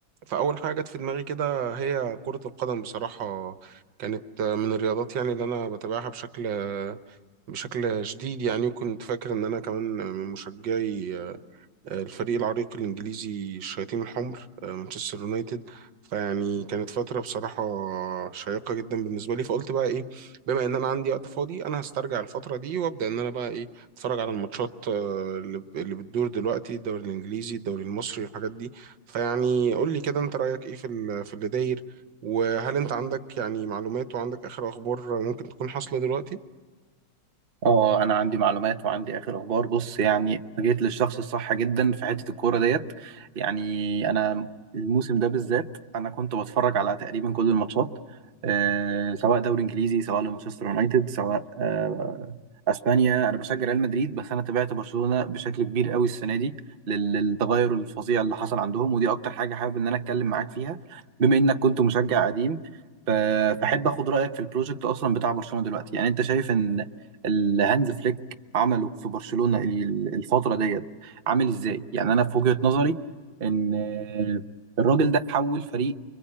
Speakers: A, on the right (about 80°); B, on the right (about 40°).
A: فأول حاجة جت في دماغي كده هي كرة القدم بصراحة كانت من الرياضات يعني اللي أنا بتابعها بشكل بشكل شديد يعني وكنت فاكر إن أنا كمان من مشجعي آه، الفريق العريق الإنجليزي الشياطين الحمر آه، مانشستر يونايتد فيعني كانت فترة بصراحة شيقة جدا بالنسبة لي فقلت بقى إيه بما إن أنا عندي وقت فاضي أنا هسترجع الفترة دي وأبدأ إن أنا بقى إيه أتفرج على الماتشات آه، اللي اللي بتدور دلوقتي الدوري الإنجليزي الدوري المصري الحاجات دي فيعني قول لي كده أنت رأيك إيه في ال- في اللي داير وهل أنت عندك يعني معلومات وعندك آخر أخبار ممكن تكون حاصلة دلوقتي؟
B: اه انا عندي معلومات وعندي اخر اخبار بص يعني أنا جيت للشخص الصح جدا في حته الكوره ديت يعني انا الموسم ده بالذات انا كنت بتفرج على تقريبا كل الماتشات أه سواء دوري انجليزي سواء لمانشستر يونايتد سواء أه اسبانيا انا بشجع ريال مدريد بس انا تابعت برشلونه بشكل كبير قوي السنه دي لل- للتغير الفظيع اللي حصل عندهم ودي اكتر حاجه حابب ان انا اتكلم معاك فيها بما انك كنت مشجع قديم ف- فاحب اخد رايك في البروجكت اصلا بتاع برشلونه دلوقتي يعني انت شايف ان اللي هانز فليك عمله في برشلونة ال- الفترة ديت عامل ازاي يعني انا في وجهة نظري ان آه، الراجل ده حول فريق